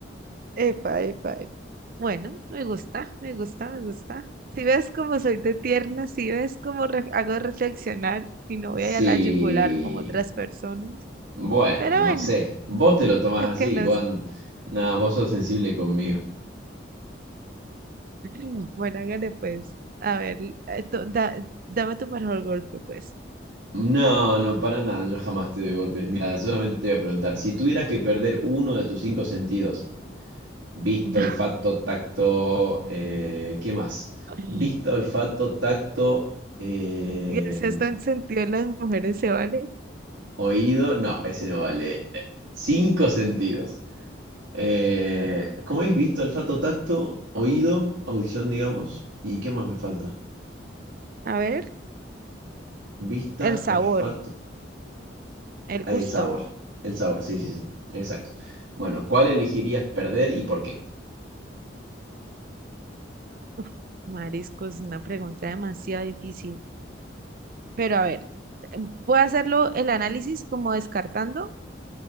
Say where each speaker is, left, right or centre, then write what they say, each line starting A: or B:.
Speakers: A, on the right; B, on the right.
A: Epa, epa, epa. Bueno, me gusta, me gusta, me gusta. Si ves cómo soy de tierna, si ves cómo re- hago reflexionar y no voy
B: Sí,
A: a la yugular como otras personas.
B: bueno,
A: Pero
B: no
A: bueno,
B: sé. Vos te lo tomás
A: lo
B: así,
A: que nos
B: vos, an- nada, vos sos sensible conmigo.
A: <laughs> Bueno, hágale pues. A ver, esto, da- dame tu mejor golpe, pues.
B: No, no, para nada, yo jamás te doy golpes. Mira, solamente te voy a preguntar, si tuvieras que perder uno de tus cinco sentidos, visto,
A: <laughs>
B: olfato, tacto, eh, ¿qué más?
A: Y
B: Visto, olfato, tacto, eh,
A: el sexto en- sentido de las mujeres se vale.
B: oído, no, ese no vale. Cinco sentidos. Eh, ¿cómo es? Visto, olfato, tacto, oído, audición, digamos. ¿Y qué más me falta?
A: A ver,
B: Vista,
A: el sabor,
B: olfato.
A: el
B: ah,
A: gusto.
B: El sabor. El sabor, sí, sí, sí. Exacto. Bueno, ¿cuál elegirías perder y por qué?
A: Uf, mariscos, una pregunta demasiado difícil. Pero a ver, eh, voy a hacerlo el análisis como descartando.